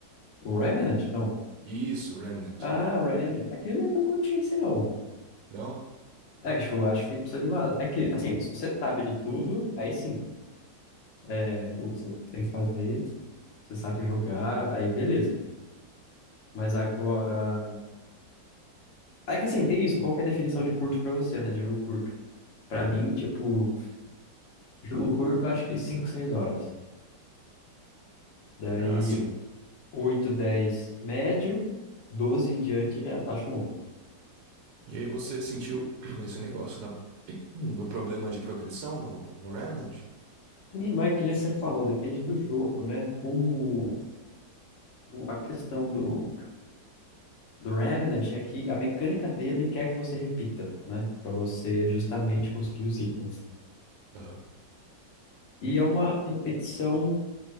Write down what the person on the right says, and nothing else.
Isso, Remnant.
Não?
Ah, sim.
E aí você sentiu <clears throat> esse negócio da, <clears throat> do problema de progressão no, no Remnant?
Aham.